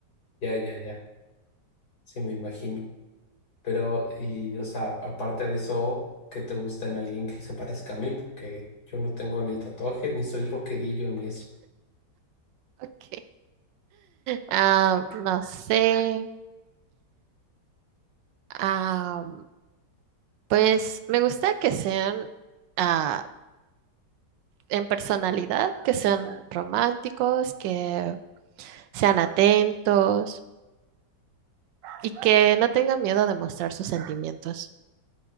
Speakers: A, on the left; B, on the right.
A: Ya, ya, ya, sí me imagino. Pero, y, o sea, aparte de eso, ¿qué te gusta en alguien que se parezca a mí? Porque yo no tengo ni tatuaje, ni soy rockerillo, ni eso.
B: Ok. Ah, no sé. Ah, pues me gusta que sean ah, en personalidad, que sean románticos, que sean atentos y que no tengan miedo de mostrar sus sentimientos.